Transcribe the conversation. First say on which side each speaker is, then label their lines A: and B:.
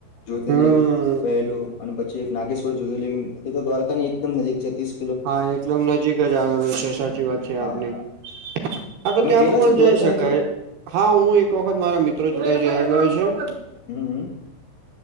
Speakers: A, on the left (about 55°); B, on the right (about 70°).
A: જ્યોતિર્લિંગ
B: હમ
A: પહેલું અને પછી એક નાગેશ્વર જ્યોતિર્લિંગ એ તો દ્વારકાની એકદમ નજીક છે તીસ
B: હા એકદમ નજીક જ આવેલું છે સાચી વાત છે
A: હા
B: આપની. હા તો
A: તમે
B: ત્યાં
A: જેલા
B: પણ પણ
A: છો
B: જઈ
A: દ્વારકા
B: શકાય.
A: એક વાર
B: હા હું એક વખત મારા મિત્રો જોડ રેહલો છું.
A: હમ